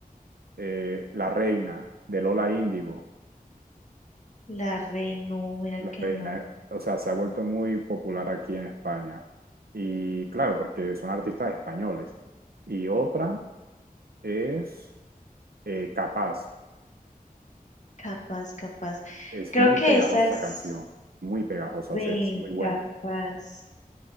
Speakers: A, on the right (about 85°); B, on the left (about 50°).
A: eh, La Reina, de Lola Índigo,
B: La Renu, mira
A: La Reina,
B: que no.
A: eh, o sea, se ha vuelto muy popular aquí en España. Y claro, porque son artistas españoles. Y otra es eh, Capaz,
B: Capaz, capaz.
A: es
B: Creo
A: muy
B: que
A: pegajosa
B: esa
A: esa
B: es.
A: canción, muy pegajosa,
B: Ven,
A: o sea, es muy buena.
B: capaz.